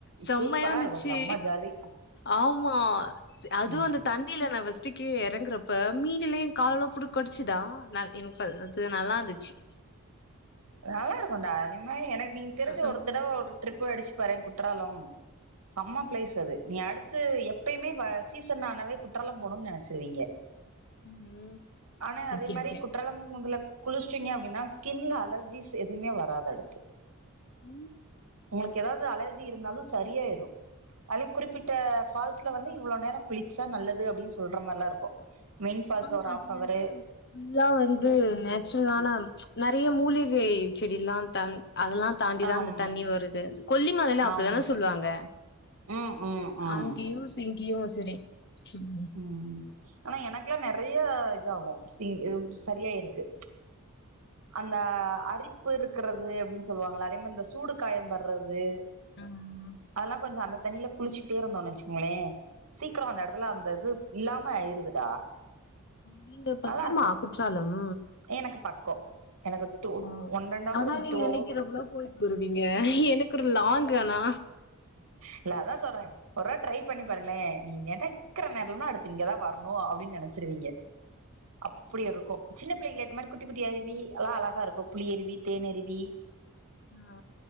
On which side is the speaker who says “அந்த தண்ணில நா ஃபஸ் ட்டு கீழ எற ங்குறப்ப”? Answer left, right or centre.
Left